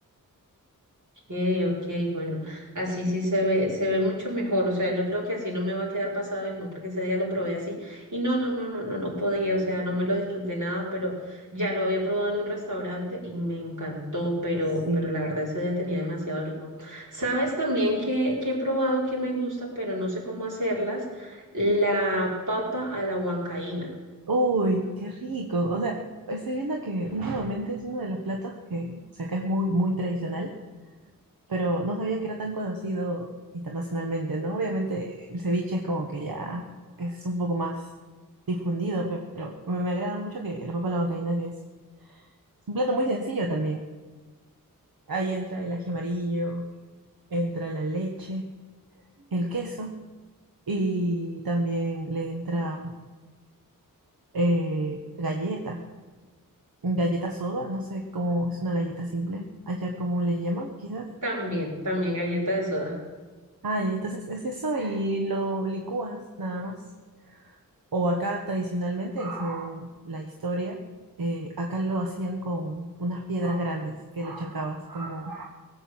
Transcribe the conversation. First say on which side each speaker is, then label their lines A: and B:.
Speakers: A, on the right; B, on the right.
A: Okay, okay, bueno, así sí se ve, se ve mucho mejor, o sea, yo creo que así no me va a quedar pasado del limón porque ese día lo probé así y no, no, no, no, no, no podía, o sea, no me lo disfruté nada, pero ya lo había probado en un restaurante y me encantó, pero,
B: Sí.
A: pero la verdad ese día tenía demasiado limón. ¿Sabes también que, que he probado que me gusta, pero no sé cómo hacerlas? La papa a la huancaína,
B: Uy, qué rico. O sea, estoy viendo que últimamente es uno de los platos que, o sea, acá es muy, muy tradicional pero no sabía que era tan conocido internacionalmente, ¿no? Obviamente el ceviche es como que ya es un poco más difundido, pe- pero me, me agrada mucho que la papa a la huancaína, que es, es un plato muy sencillo también. Ahí entra el ají amarillo, entra la leche, el queso y también le entra eh, galleta, galleta soda, no sé cómo es una galleta simple, allá cómo le llaman quizás.
A: también, también galleta de soda.
B: Ah, ya, entonces es eso y lo licúas nada más. O acá tradicionalmente, según la historia, eh, acá lo hacían con unas piedras grandes que lo chancabas, como,